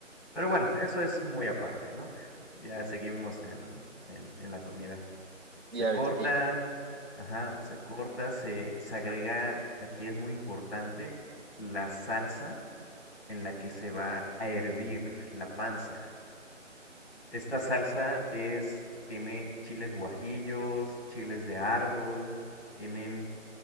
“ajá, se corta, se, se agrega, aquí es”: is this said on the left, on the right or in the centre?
Left